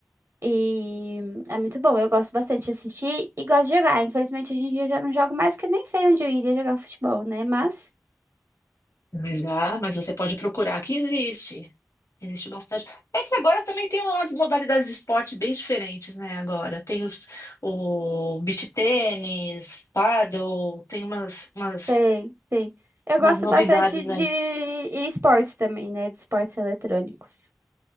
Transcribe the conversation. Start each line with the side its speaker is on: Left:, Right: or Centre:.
Right: E é muito bom. Eu gosto bastante de assistir e gosto de jogar. Infelizmente, hoje em dia eu já não jogo mais porque nem sei onde eu iria jogar futebol, né? Mas
Left: Mas vá, mas você pode procurar que existe. Existe bastante. É que agora também tem umas modalidades de esporte bem diferentes, né? Agora tem os, o beach tênis, paddle, tem umas, umas,
Right: tem, sim. Eu
Left: umas
Right: gosto
Left: novidades,
Right: bastante de
Left: né?
Right: e esportes também, né? De esportes eletrônicos.